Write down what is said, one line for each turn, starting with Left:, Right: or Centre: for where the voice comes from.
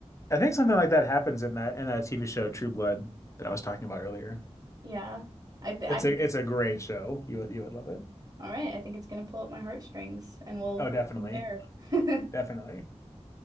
Left: I think something like that happens in that in that TV show True Blood that I was talking about earlier.
Right: yeah, I th
Left: It's
Right: I think
Left: a it's a great show. You would you would love it.
Right: all right, I think it's gonna pull up my heartstrings and we'll
Left: Oh, definitely.
Right: compare. <laughs>
Left: Definitely.